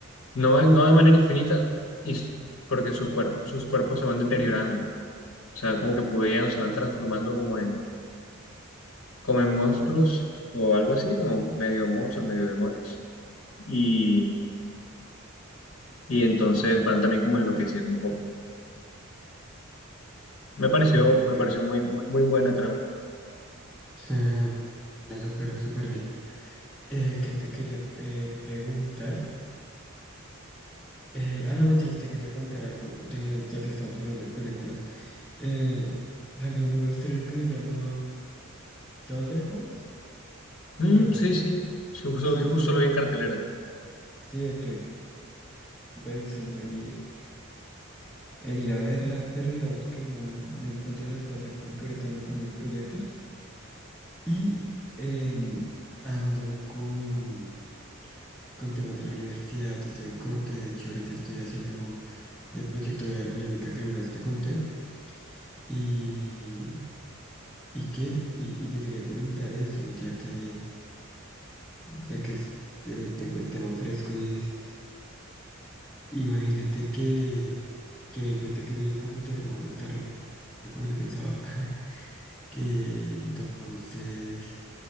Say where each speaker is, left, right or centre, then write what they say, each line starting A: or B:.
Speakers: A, on the left; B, in the centre.
A: No, es- no de manera infinita, y, s- porque su cuerp- sus cuerpos se van deteriorando. O sea, como que podrían, se van transformando como en, como en monstruos o algo así, como medio monstruos, medio demonios. Y, y entonces van también como enloqueciendo un poco. Me pareció,
B: Ok,
A: me
B: ok.
A: pareció muy, muy, muy buena trama.
B: Suena suena súper, súper bien. Eh, ¿qué te quería eh, preguntar? Eh, ah, no, mentiras, te quería contar algo de, ya que estamos hablando de películas. Eh, salió un nuevo estreno que se llama Thunderbolts,
A: Mm,
B: algo
A: sí,
B: así.
A: sí, sí, justo,
B: Sí,
A: vi- justo
B: sí,
A: lo vi en cartelera.
B: sí, estoy pensando en ir, en ir a verla, pero digamos que no, no encuentro el espacio porque ahorita ando con unos proyectos y em, ando con, con temas de la universidad, estoy en corte, de hecho ahorita estoy haciendo el proyecto de aerodinámica que alguna vez te conté y, y qué, y, y te quería comentar eso, ya que... ya que es- eh, tengo el tema fresco y es, imagínate que, que me di cuenta que mi computador no, no está rápido como yo pensaba, <laughs> que entonces